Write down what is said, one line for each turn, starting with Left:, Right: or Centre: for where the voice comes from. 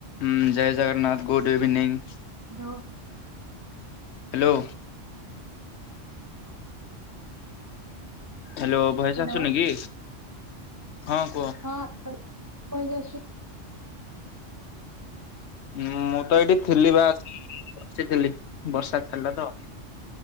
Left: ଉଁ ଜୟ Jagannath good evening.
Right: ଡୋ
Left: hello hello voice
Right: hello
Left: ଆସୁନି କି? ହଁ କୁହ
Right: ହଁ <unintelligible>
Left: ଉଁ ମୁଁ ତ ଏଠି ଥିଲି ବା <unintelligible> ବସିଥିଲି ବର୍ଷା ଛାଡିଲା ତ।